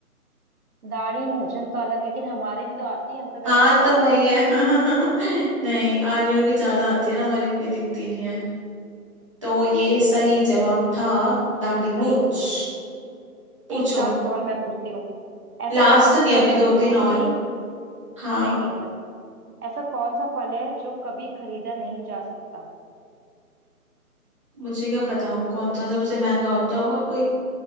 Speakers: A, on the right; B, on the right.
A: दाढ़ी मूंछन का अलग लेकिन हमारे भी तो आती है हम तो
B: हाँ
A: वैक्स कराते
B: तो वही
A: रहते
B: है
A: हैं
B: <laughs> नहीं आदमियों की ज्यादा आती है ना हमारी इतनी दिखती नहीं है तो ये
A: ओके
B: सही जवाब था दाढ़ी
A: सही
B: मूछ
A: है
B: पूछो
A: एक लास्ट सवाल मैं पूछती हूँ ऐसा
B: लास्ट
A: कौन
B: नहीं
A: सा फल
B: अभी
A: है
B: दो
A: जो
B: तीन
A: कभी
B: और हाँ
A: नहीं नहीं बस ऐसा कौन सा फल है जो कभी खरीदा नहीं जा सकता
B: मुझे क्या पता कौन सा सबसे महंगा होता होगा कोई